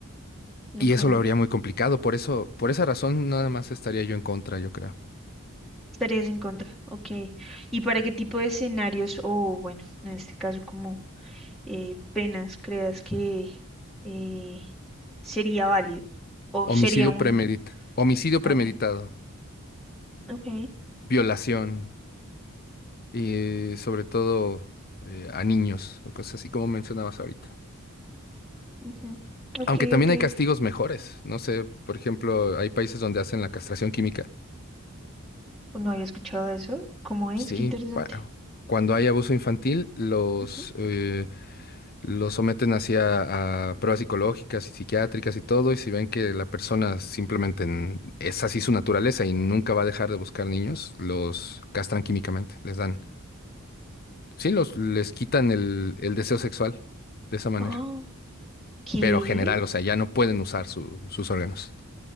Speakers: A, in the centre; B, on the left.
A: Ok.
B: Y eso lo habría muy complicado, por eso, por esa razón nada más estaría yo en contra, yo creo.
A: Estarías en contra. Ok. ¿Y para qué tipo de escenarios o, bueno, en este caso, como eh, penas creas que eh, sería válido o
B: Homicidio
A: sería un...
B: premeditado, homicidio
A: ah,
B: premeditado,
A: Ok, ok,
B: violación y sobre todo eh, a niños o cosas así como mencionabas ahorita.
A: ujú, ok,
B: Aunque también
A: ok.
B: hay castigos
A: ok.
B: mejores, no sé, por ejemplo, hay países donde hacen la castración química
A: O No había escuchado eso. ¿Cómo es?
B: Sí,
A: Qué interesante.
B: pa- cuando hay abuso infantil, los,
A: Ujú.
B: eh, los someten hacia a pruebas psicológicas y psiquiátricas y todo, y si ven que la persona simplemente n- es así su naturaleza y nunca va a dejar de buscar niños, los castran químicamente, les dan. Sí, los, les quitan el, el deseo sexual de esa manera.
A: Oh, ¿qué?
B: Pero general, o sea, ya no pueden usar su- sus órganos.